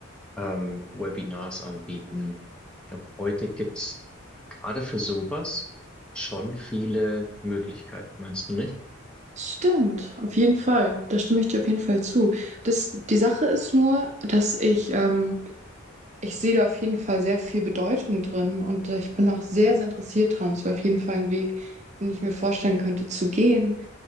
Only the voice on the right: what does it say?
stimmt, auf jeden Fall. Da stimme ich dir auf jeden Fall zu. Das, die Sache ist nur, dass ich, ähm, Ich sehe da auf jeden Fall sehr viel Bedeutung drin und äh, ich bin auch sehr, sehr interessiert dran. Es wäre auf jeden Fall ein Weg, den ich mir vorstellen könnte zu gehen.